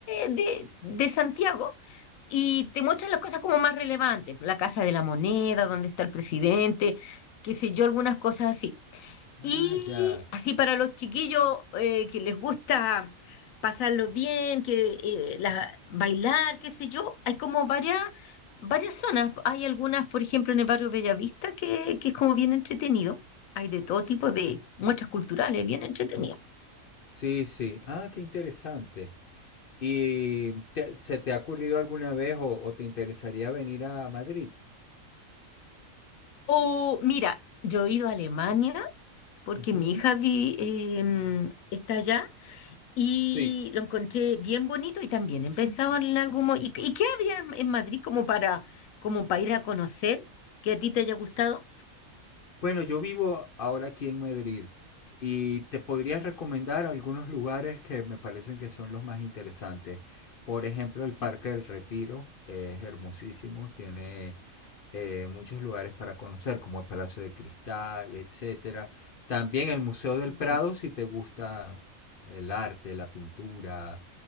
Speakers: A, on the left; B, on the left.
A: de, de, de Santiago y te muestran las cosas como más relevantes, la Casa de la Moneda, donde está el presidente, qué sé yo, algunas cosas así.
B: Ah,
A: Y
B: ya.
A: así para los chiquillos eh, que les gusta pasarlo bien, que eh, la- bailar, qué sé yo, hay como varias, varias zonas. Hay algunas, por ejemplo, en el barrio Bellavista, que, que es como bien entretenido. Hay de todo tipo de muestras culturales, bien entretenido.
B: Sí, sí. Ah, qué interesante. ¿Y te- se te ha ocurrido alguna vez o, o te interesaría venir a Madrid?
A: O mira, yo he ido a Alemania porque
B: Ujú.
A: mi hija vi- em, está allá y
B: Sí.
A: lo encontré bien bonito y también he pensado en algún mo- ¿Y, y qué había en, en Madrid como para, como para ir a conocer que a ti te haya gustado?
B: Bueno, yo vivo ahora aquí en Madrid y te podría recomendar algunos lugares que me parecen que son los más interesantes. Por ejemplo, el Parque
A: Sí,
B: del Retiro es hermosísimo, tiene eh, muchos lugares para conocer, como el Palacio de Cristal, etcétera. También el Museo del
A: sí,
B: Prado,
A: qué bonito.
B: si te gusta el arte, la pintura,